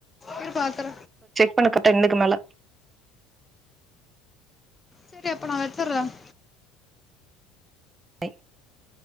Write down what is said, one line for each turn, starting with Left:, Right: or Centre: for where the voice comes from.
Left: இரு பாக்கற
Right: <unintelligible> டென்னுக்கு மேல
Left: செரி அப்ப நான் வெத்துடுறேன்
Right: <unintelligible>